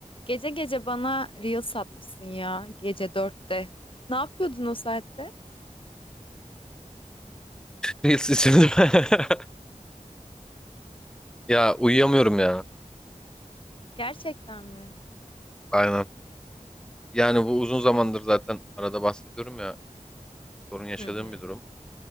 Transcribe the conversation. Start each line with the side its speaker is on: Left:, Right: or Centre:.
Left: Gece gece bana reel satmışsın ya gece dörtte. Ne yapıyordun o saatte?
Centre: Reels isimli. <laughs> Ya uyuyamıyorum ya.
Left: Gerçekten mi?
Centre: Aynen. Yani bu uzun zamandır zaten arada bahsediyorum ya sorun yaşadığım
Left: Hı hı,
Centre: bir durum.